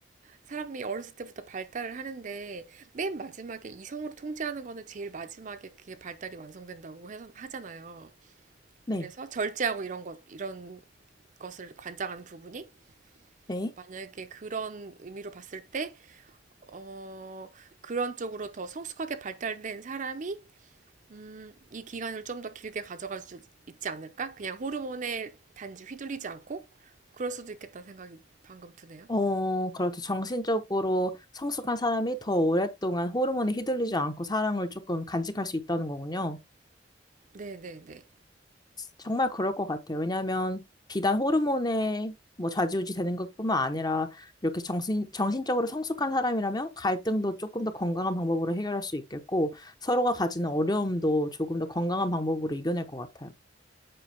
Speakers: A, on the right (about 45°); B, on the left (about 20°).
A: 사람이 어렸을 때부터 발달을 하는데 맨 마지막에 이성으로 통제하는 거는 제일 마지막에 그게 발달이 완성된다고 해서- 하잖아요.
B: 네.
A: 그래서 절제하고 이런 것, 이런 것을 관장하는 부분이
B: 네.
A: 만약에 그런 의미로 봤을 때, 어, 그런 쪽으로 더 성숙하게 발달된 사람이 음, 이 기간을 좀 더 길게 가져갈 수 있지 않을까? 그냥 호르몬에 단지 휘둘리지 않고 그럴 수도 있겠다는 생각이 방금 드네요.
B: 어, 그렇죠. 정신적으로 성숙한 사람이 더 오랫동안 호르몬에 휘둘리지 않고 사랑을 조금 간직할 수 있다는 거군요.
A: 네네네.
B: 정말 그럴 것 같아요. 왜냐하면 비단 호르몬에 뭐 좌지우지 되는 것뿐만 아니라 이렇게 정신, 정신적으로 성숙한 사람이라면 갈등도 조금 더 건강한 방법으로 해결할 수 있겠고 서로가 가지는 어려움도 조금 더 건강한 방법으로 이겨낼 것 같아요.